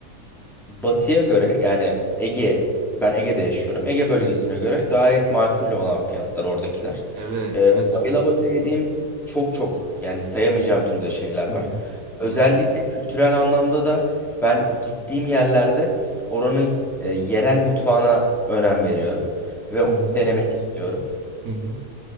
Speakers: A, in the centre; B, on the right.
A: Batı'ya göre yani Ege ben Ege'de yaşıyorum. Ege bölgesine
B: Hı hı.
A: göre gayet makul olan fiyatlar oradakiler.
B: Evet,
A: Ee,
B: evet,
A: bayıla
B: evet.
A: bayıla
B: Doğru.
A: yediğim çok çok yani sayamayacağım türde şeyler
B: Hı
A: var.
B: hı.
A: Özellikle
B: Doğru.
A: kültürel anlamda da ben gittiğim yerlerde oranın e, yerel mutfağına önem veriyorum ve
B: Hı hı.
A: denemek istiyorum.
B: Hı hı.